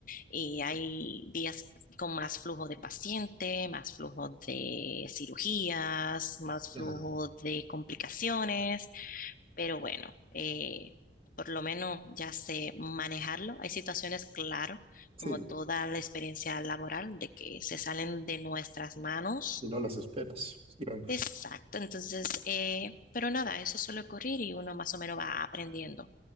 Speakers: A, on the left; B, on the right.
A: Y hay días con más flujo de paciente, más flujo de cirugías, más
B: Claro.
A: flujo de complicaciones, pero bueno, eh, por lo menos ya sé manejarlo. Hay situaciones, claro, como
B: Sí,
A: toda la experiencia laboral, de que se salen de nuestras manos
B: y no las esperas. Claro.
A: Exacto, entonces, eh, pero nada, eso suele ocurrir y uno más o menos va aprendiendo.